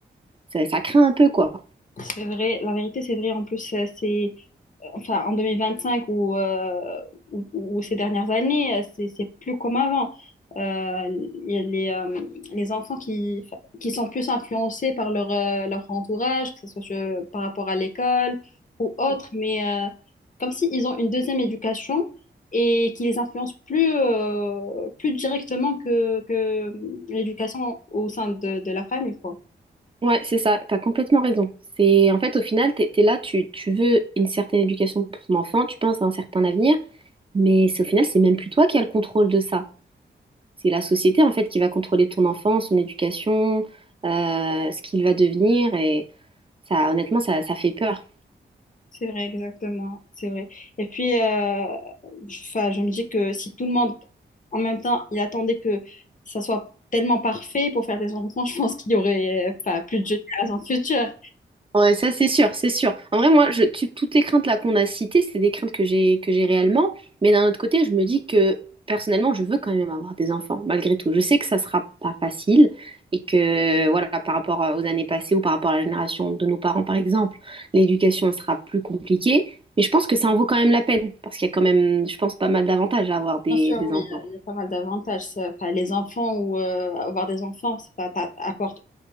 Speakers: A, on the right; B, on the left.
A: ça, ça craint un peu, quoi.
B: C'est vrai, la vérité, c'est vrai. En plus, euh, c'est enfin, en 2025 ou, euh, ou, ou ces dernières années, euh, c'est c'est plus comme avant. Euh, Il y a les, euh, les enfants qui, enfin, qui sont plus influencés par leur, euh, leur entourage, que ce soit euh, par rapport à l'école ou autre, mais euh, comme s'ils ont une deuxième éducation et qui les influence plus, euh, plus directement que, que l'éducation au sein de, de la famille, quoi.
A: Ouais, c'est ça, t'as complètement raison. C'est en fait au final, t'es, t'es là, tu, tu veux une certaine éducation pour ton enfant, tu penses à un certain avenir, mais c'est au final, c'est même plus toi qui as le contrôle de ça. C'est la société en fait qui va contrôler ton enfant, son éducation, euh, ce qu'il va devenir, et ça, honnêtement, ça, ça fait peur.
B: C'est vrai, exactement, c'est vrai. Et puis, euh, je, 'fin, je me dis que si tout le monde, en même temps, il attendait que ça soit tellement parfait pour faire des enfants, <laughs> je pense qu'il y aurait, enfin, plus de générations futures.
A: Ouais, ça c'est sûr, c'est sûr. En vrai, moi, je, tu- toutes les craintes là qu'on a citées, c'est des craintes que j'ai que j'ai réellement. Mais d'un autre côté, je me dis que personnellement, je veux quand même avoir des enfants, malgré tout. Je sais que ça sera pas facile et que voilà, par rapport euh, aux années passées ou par rapport à la génération de nos parents, par exemple, l'éducation sera plus compliquée. Mais je pense que ça en vaut quand même la peine parce qu'il y a quand même, je pense, pas mal d'avantages à avoir des,
B: Bien sûr,
A: des
B: oui,
A: enfants.
B: il y a pas mal d'avantages. ça. 'Fin, les enfants ou euh, avoir des enfants, ça t'a- apporte